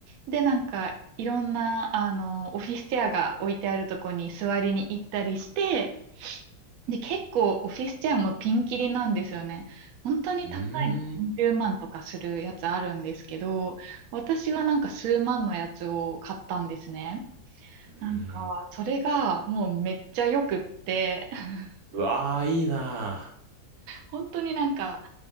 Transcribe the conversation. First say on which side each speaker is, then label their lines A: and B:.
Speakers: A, on the right (about 80°); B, on the right (about 55°).
A: で、なんか、いろんな、あの、オフィスチェアが置いてあるとこに座りに行ったりして、で、結構オフィスチェアもピンキリなんですよね。本当に高いの何十万とかするやつあるんですけど、
B: うーん。
A: 私はなんか数万のやつを買ったんですね。
B: うーん。
A: なんか、それがもうめっちゃ良くって、<laughs>
B: うわー、いいな
A: 本当になんか、